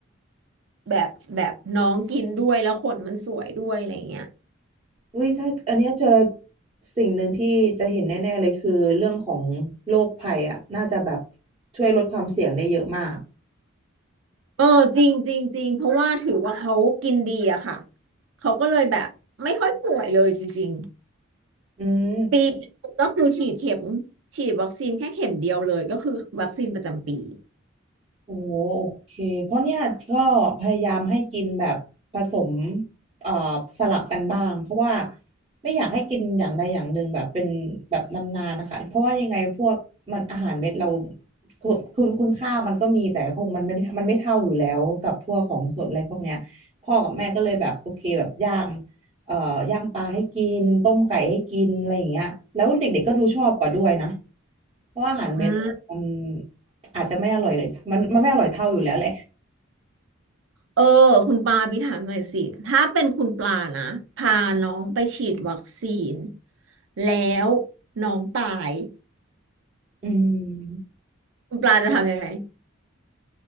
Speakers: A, on the right; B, on the right.
A: แบบแบบน้องกินด้วยแล้วขนมันสวยด้วยอะไรเงี้ย
B: อุ้ยถ้าอันเนี้ยเจอสิ่งหนึ่งที่จะเห็นแน่ๆเลยคือเรื่องของโรคภัยอะน่าจะแบบช่วยลดความเสี่ยงได้เยอะมาก
A: เออจริงจริงจริงเพราะว่าถือว่าเขากินดีอะค่ะเขาก็เลยแบบไม่ค่อยป่วยเลยจริง
B: อืม
A: ปีหนึ่งก็คือฉีดเข็มฉีดวัคซีนแค่เข็มเดียวเลยก็คือวัคซีนประจำปี
B: โอ้โอเคเพราะเนี่ยก็พยายามให้กินแบบผสมเอ่อสลับกันบ้างเพราะว่าไม่อยากให้กินอย่างใดอย่างหนึ่งแบบเป็นแบบนานๆนะคะเพราะว่ายังไงพวกมันอาหารเม็ดเราคุณคุณคุณค่ามันก็มีแต่คงมันไม่มันไม่เท่าอยู่แล้วกับพวกของสดอะไรพวกเนี้ยพ่อกับแม่ก็เลยแบบโอเคแบบย่างเอ่อย่างปลาให้กินต้มไก่ให้กินอะไรอย่างเงี้ยแล้วเด็กๆก็รูชอบกว่าด้วยนะเพราะว่าอาหารเม็ดมัน
A: อืม
B: อาจจะไม่อร่อยเลยมันมันไม่อร่อยเท่าอยู่แล้วแหละ
A: เออคุณปาบีถามหน่อยสิถ้าเป็นคุณปลานะพาน้องไปฉีดวัคซีนแล้วน้องตาย
B: อืม
A: คุณปลาจะทำยังไง